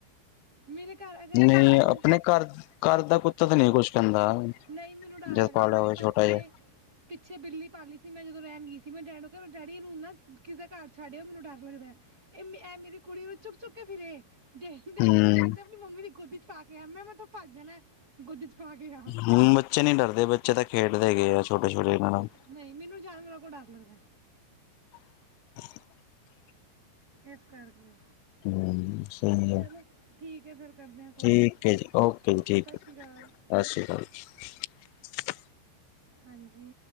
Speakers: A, on the right; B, on the left.
A: ਮੇਰੇ ਘਰ ਅਗਰ
B: ਨਹੀਂ
A: ਮੈਂ ਹੁਣ
B: ਆਪਣੇ ਘਰ ਘਰ ਦਾ ਕੁੱਤਾ ਤਾਂ ਨਹੀਂ ਕੁਛ ਕਹਿੰਦਾ
A: ਨਹੀਂ, ਮੈਨੂੰ ਡਰ
B: ਜਦ
A: ਲੱਗਦਾ
B: ਪਾਲਿਆ
A: ਮੇਰੇ
B: ਹੋਵੇ
A: ਪਾਪਾ
B: ਛੋਟਾ ਜਿਹਾ
A: ਨੇ ਪਿੱਛੇ ਬਿੱਲੀ ਪਾਲੀ ਸੀ। ਮੈਂ ਜਦੋਂ ਰਹਿਣ ਗੀ ਸੀ। ਤੇ ਮੈਂ ਡੈਡ ਨੂੰ ਕਿਹਾ, ਡੈਡੀ ਇਹਨੂੰ ਨਾ ਕਿਸੇ ਘਰ ਛੱਡ ਆਓ। ਮੈਨੂੰ ਡਰ ਲੱਗਦਾ, ਇਹ ਮੇਰੇ ਐ ਮੇਰੀ ਕੁੜੀ ਨੂੰ ਚੁੱਕ ਚੁੱਕ ਕੇ ਫਿਰੇ। ਡੈ ਡੈਡੀ
B: ਹਮ
A: ਮੇਰੇ ਕਹਿੰਦੇ ਆਪਣੀ ਮੰਮੀ ਦੀ ਗੋਦੀ ਚ ਪਾ ਕੇ ਕਿਹਾ ਮੈਂ ਮੈਂ ਇਥੋਂ ਭੱਜ ਜਾਣਾ, ਗੋਦੀ ਚ ਪਾ ਕੇ ਆ
B: ਹਮ ਬੱਚੇ ਨੀ ਡਰਦੇ ਬੱਚੇ ਤਾਂ ਖੇਡ ਪਤਾ ਕੀ ਆ ਛੋਟੇ ਛੋਟੇ ਇਹਨਾਂ ਨਾਲ
A: ਨਹੀਂ ਮੈਨੂੰ ਜਾਨਵਰਾਂ ਕੋਲ ਡਰ ਲੱਗਦਾ।
B: <inaudible>
A: ਇਸ ਕਰਕੇ
B: ਹਮ ਸਹੀ ਆ
A: ਚਲੋ ਠੀਕ ਹੈ ਫਿਰ ਕਰਦੇ ਹਾਂ ਕਾਲ
B: ਠੀਕ ਹੈ ਜੀ, ਓਕੇ ਜੀ ਠੀਕ
A: ਸਤਿ
B: ਹੈ,
A: ਸ਼੍ਰੀ ਅਕਾਲ
B: ਸਤਿ ਸ੍ਰੀ ਅਕਾਲ ਜੀ।
A: ਹਾਂਜੀ।